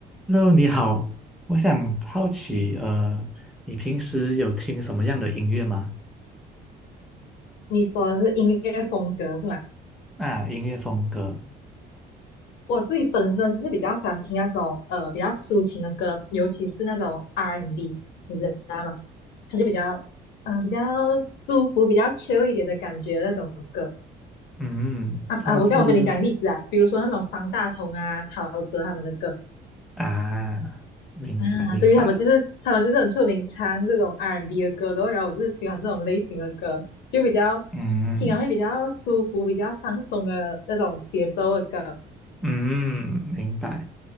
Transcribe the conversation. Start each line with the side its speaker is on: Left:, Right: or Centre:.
Centre: Hello，你好，我想好奇，呃，你平时有听什么样的音乐吗？
Left: 你说的是音乐风格是吗？
Centre: 啊，音乐风格，
Left: 我自己本身是比较喜欢听那种呃比较抒情的歌，尤其是那种 R&B，and B，你知道吗？它就比较呃比较舒服、比较 chill 一点的感觉那种歌
Centre: 嗯，
Left: 啊啊！
Centre: 通常是
Left: 我这样我跟你讲例子啊，比如说那种方大同啊、陶喆他们的歌
Centre: 啊，明白明白，
Left: 啊，对于他们就是他们就是很出名唱这种 R&B and B 的歌的哦，然后我就是喜欢这种类型的歌，就比较听了会比较舒服、
Centre: 嗯
Left: 比较放松的那种节奏的歌。
Centre: 嗯，明白。